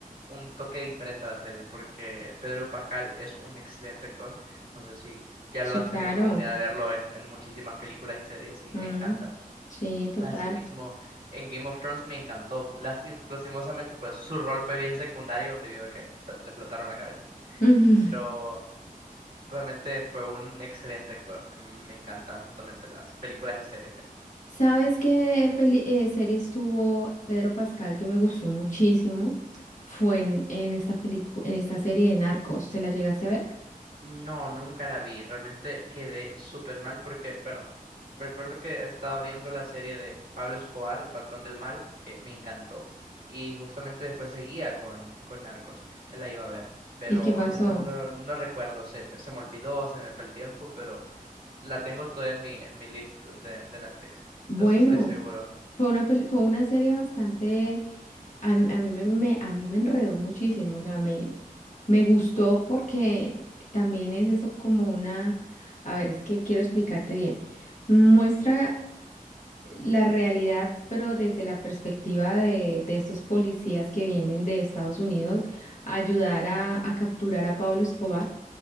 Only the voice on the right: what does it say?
un toque diferente a la serie, porque Pedro Pascal es un excelente actor. No sé si ya
lo has
tenido oportunidad de verlo en, en muchísimas películas y series y
me encanta.
Asimismo,
en Game of Thrones me encantó. Lasti- lastimosamente, pues su rol fue bien secundario debido a que pues le explotaron la cabeza.
Pero realmente fue un excelente actor. Me encantan justamente las películas y series de él.
No, nunca la vi. Realmente quedé súper mal porque, bueno, me acuerdo que estaba viendo la serie de Pablo Escobar, El Patrón del Mal, que me encantó. Y justamente después seguía con, con Narcos, que la iba a ver. Pero
después no, no recuerdo, se me, se me olvidó, se me fue el tiempo, pero la tengo todavía en mi, en mi list de, de Netflix.
De eso estoy seguro.